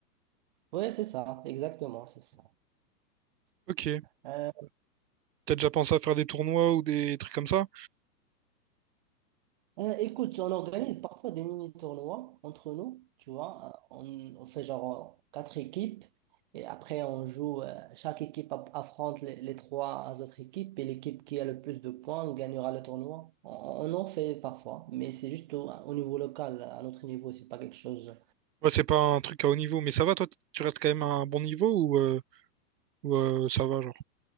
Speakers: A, on the right (about 30°); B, on the right (about 75°).
A: Oui, c'est ça, exactement, c'est ça.
B: Ok. Et
A: Euh,
B: t'as déjà pensé à faire des tournois ou des trucs comme ça?
A: euh, écoute, on organise parfois des mini-tournois entre nous, tu vois. Euh, On, on fait genre euh, quatre équipes et après on joue, euh, chaque équipe app- affronte les, les trois autres équipes et l'équipe qui a le plus de points gagnera le tournoi. On, on en fait parfois, mais c'est juste au, au niveau local, à notre niveau, c'est pas quelque chose
B: Ouais, c'est pas un truc à haut niveau, mais ça va, toi, t- tu restes quand même à un bon niveau ou, euh, ou, euh, ça va, genre?